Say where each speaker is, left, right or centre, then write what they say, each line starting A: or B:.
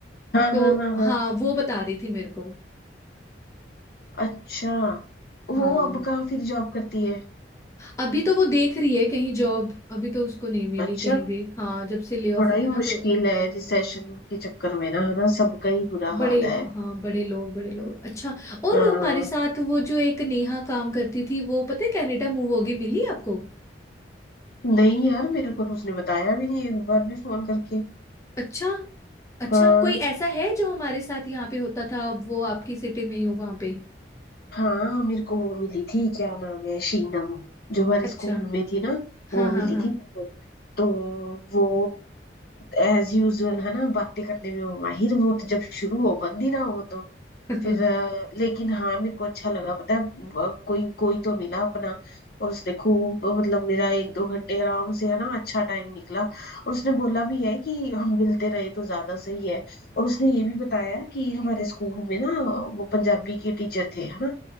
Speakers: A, on the left (about 55°); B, on the left (about 15°).
A: हाँ
B: तो
A: हाँ हाँ हाँ
B: हाँ वो बता रही थी मेरे को
A: अच्छा
B: हाँ
A: वो अब कहाँ फिर जॉब करती है
B: अभी तो वो देख रही है कहीं जॉब अभी तो उसको नहीं मिली
A: अच्छा
B: कहीं भी हाँ जब से ले ऑफ
A: बड़ा
B: हुआ
A: ही मुश्किल
B: ना तो
A: है रिसेशन के चक्कर में ना है ना सबका ही बुरा
B: बड़े
A: हाल है
B: हाँ बड़े लोग बड़े लोग अच्छा और
A: हाँ
B: हमारे साथ वो जो एक नेहा काम करती थी वो पता है कनाडा मूव होगी मिली आपको
A: नहीं यार मेरे को तो उसने बताया भी नहीं एक बार भी फोन करके
B: अच्छा अच्छा
A: हाँ
B: कोई ऐसा है जो हमारे साथ यहाँ पे होता था अब वो आपकी सिटी में ही हो वहां पे
A: हाँ मेरे को वो मिली थी क्या नाम है शीनम जो हमारे
B: अच्छा
A: स्कूल में थी ना
B: हाँ
A: वो
B: हाँ
A: मिली
B: हाँ
A: थी मेरे को तो वो एज यूजुअल है ना बातें करने में वो माहिर वो तो जब शुरू हो बंद ही ना हो तो
B: <laughs>
A: फिर अ, लेकिन हाँ मेरे को अच्छा लगा पता है ब- कोई कोई तो मिला अपना और उसने खूब मतलब मेरा एक दो घंटे आराम से है ना अच्छा टाइम निकला और उसने बोला भी है कि हम मिलते रहे तो ज्यादा सही है और उसने ये भी बताया कि हमारे स्कूल में ना वो पंजाबी के टीचर थे है ना